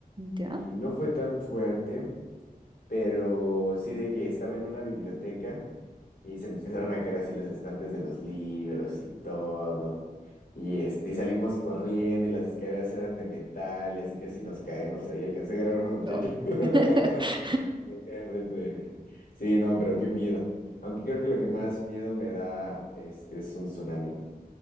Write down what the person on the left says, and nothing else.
y no fue tan fuerte, pero sí de que estaba en una biblioteca Y se empezaron a caer así los estantes de los libros y todo. Y este, y salimos corriendo y las escaleras eran de metal y así casi nos caemos ahí. Alcancé a agarrar a una muchacha.
<laughs>
Y acá enfrente de mí. Sí, no, pero qué miedo. Aunque creo que lo que más miedo me da este es un tsunami.